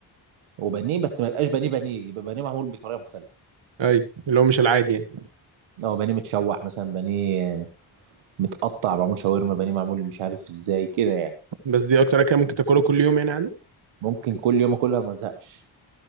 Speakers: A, on the right; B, on the right.
A: وبانيه بس ما يبقاش بانيه بانيه يبقى بانيه معمول بطريقه مختلفه
B: ايوه اللي هو مش العادي يعني
A: او بانيه متشوح مثلا بانيه متقطع معمول شاورما بانيه معمول مش عارف ازاي كده يعني
B: بس دي اكتر اكله ممكن تاكلها كل يوم يعني عادي
A: ممكن كل يوم اكلها ما ازهقش